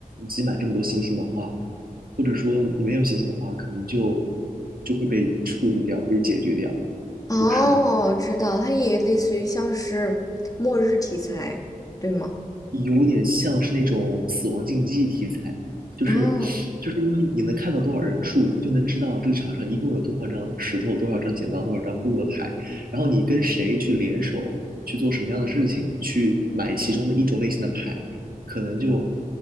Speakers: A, on the right (about 80°); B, on the left (about 25°).
A: 集满这么多星星的话，或者说你没有星星的话，可能就就会被处理掉，被解决掉。
B: 哦，
A: 就是
B: 知道，它也类似于像是末日题材，对吗？
A: 有点像是那种死亡竞技题材，就是就是因为你能看到多少人数，
B: 哦，
A: 你就能知道这个场上一共有多少张石头、多少张剪刀、多少张布的牌，然后你跟谁去联手去做什么样的事情，去买其中的一种类型的牌，可能就